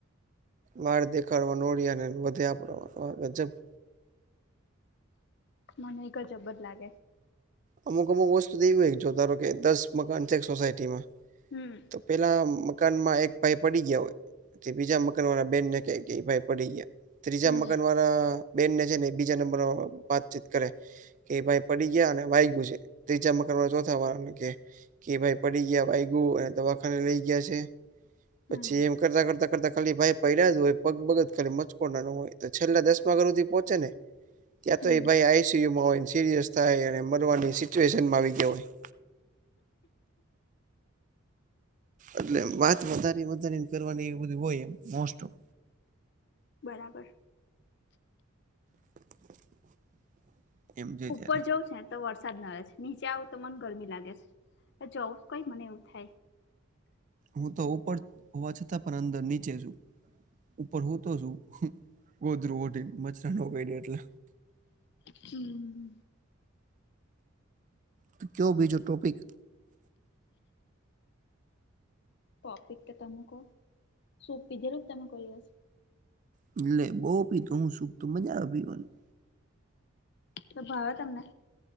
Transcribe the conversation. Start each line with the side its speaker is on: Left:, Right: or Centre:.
Right: વાળ દેખાડવા નોળિયા અને વધે આપડ વાહ ગજબ
Left: મને એક જ અબજ લાગે,
Right: અમુક અમુક વસ્તુ તો એવી હોય જો ધારો, કે દસ મકાન છે એક સોસાયટીમાં,
Left: હમ્મ
Right: તો પેલા મકાનમાં એક પઇ <unintelligible> પડી ગયા હોય, તે બીજા મકાન વાળા બેનને કેય કે ભાઈ પડી ગયા ત્રીજા
Left: હમ
Right: મકાન વાળા, આ બેનને છે ને બીજા નંબર વાતચીત કરે કે ભાઈ પડી ગયાને. વાયગું છે ત્રીજા મકાન વાયા ચોથા વાર કે, કે ભાઈ પડી ગયા વાગ્યું અને દવાખાને લઈ ગયા છે, પછી
Left: હમ
Right: એમ કરતા કરતા, કરતા ખાલી ભાઈ પડ્યા હોય પગ બગ ખાલી મચકો નાનો હોય તો છેલ્લા દસ ગધ પહોચે ને, ત્યાં
Left: હમ
Right: તો ભાઈ આઈસીયુમાં હોય ને સિરિયસ થાય અને મરવાની સિચ્યુએશનમાં આવી ગયા હોય. એટલે વાત વધારે વધારે કરવાની એ બધી હોય એમ મો ઓફ, <unintelligible>
Left: બરાબર.
Right: <inaudible> એમ જો
Left: ઉપર
Right: ત્યારે
Left: જઉ છે ને, તો વરસાદ ન રહે છે નીચે આવું તો મને ગરમી લાગે છે જવું કઈ મને એવું થાય.
Right: હું તો ઉપર હોવા છતાં પણ અંદર નીચે છું. ઉપર હું તો શું ગો ગોદરૂ ઓઢિ ને મચ્છરો ન કરડે એટલે,
Left: હમ
Right: તો ક્યૉ બીજો ટોપિક,
Left: ટોપીક તો તમે કહો સૂપ પીધેલું કોઈક વાર,
Right: ટ <unintelligible> લલે બહુ પીતો હું સુખ મજા આવે પીવાની,
Left: તો ભાવે તમને,